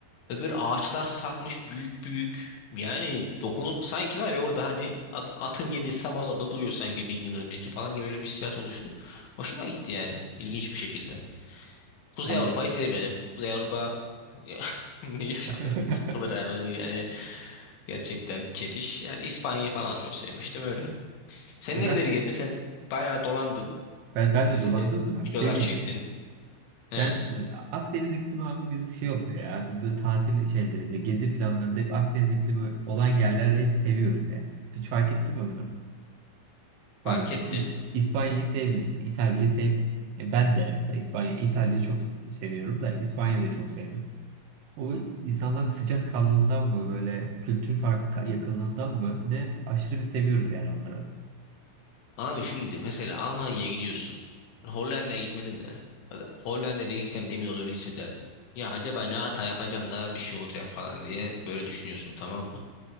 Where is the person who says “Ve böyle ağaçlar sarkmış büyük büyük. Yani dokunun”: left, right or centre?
Left